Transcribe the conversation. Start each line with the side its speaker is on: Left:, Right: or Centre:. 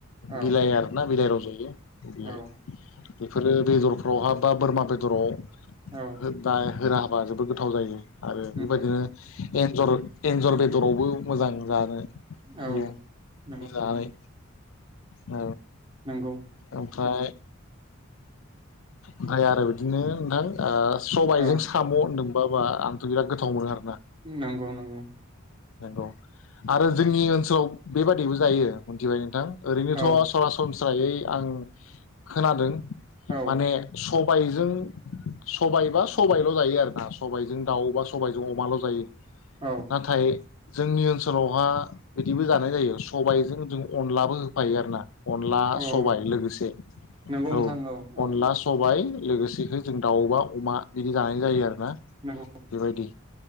Right: औ
Left: बिलाइ आरोना बिलाइ रज'यो बियो
Right: औ
Left: बेफोरो बेदरफ्राव हाबबा बोरमा बेदराव
Right: औ
Left: <unintelligible> होबा जोबोद गोथाव जायो। आरो बेबायदिनो
Right: उम
Left: एन्जर एन्जर बेदर दरावबो मोजां जानो हायो
Right: औ
Left: बिदि
Right: नंगौ
Left: जानाय‌
Right: नोंथां
Left: औ
Right: नंगौ
Left: ओमफ्राय ओमफ्राय आरो बिदिनो नोंथां ओ सबायजों
Right: औ
Left: साम' होनदोंमोन माब्लाबा आंथ' बिराद गोथाव मोनो आरो
Right: नंगौ नंगौ
Left: नंगौ आरो जोंनि ओनसोलाव बेबादिबो जायो मिथिबाय नोंथां ओरैनोथ'
Right: औ
Left: सरासनस्रा फिसायै आं खोनादों
Right: औ
Left: माने सब सबायजों सबाइबा सबबायल' जायो आरोना सबायजों दाउ बा सबायजों अमाल' जायो
Right: औ
Left: नाथाय जोंनि ओनसोलावहा बिदिबो जानाय जायो सबायजों जों अनलाबो होफायो आरोना अनला
Right: औ
Left: सबाय लोगोसे
Right: नंगौ
Left: औ
Right: नोंथां औ
Left: अनला सबाय लोगोसेनो जों दाउबा अमा बिदि जानाय जायो आरोना
Right: नंगौ
Left: बेबायदि